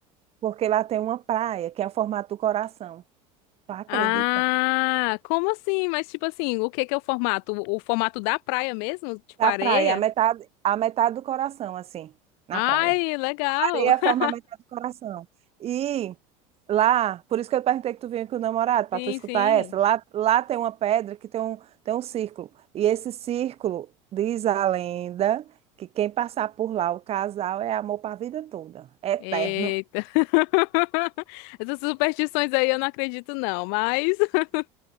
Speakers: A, on the right (about 35°); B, on the left (about 70°).
A: Porque lá tem uma praia que é o formato do coração. Tu acredita?
B: Ah, como assim? Mas tipo assim, o que que é o formato? O, o formato da praia mesmo? Tipo
A: Da
B: areia?
A: praia, a metade, a metade do coração, assim, na
B: Ai,
A: praia.
B: legal.
A: Tem a
B: <laughs>
A: forma metade do coração. E lá, por isso que eu perguntei que tu vinha com o namorado, para
B: Sim,
A: tu escutar
B: sim.
A: essa. Lá, lá tem uma pedra que tem um, tem um círculo. E esse círculo, diz a lenda, que quem passar por lá, o casal, é amor para a vida toda. É eterno.
B: Eita. <laughs> Essas superstições aí eu não acredito não, mas <laughs>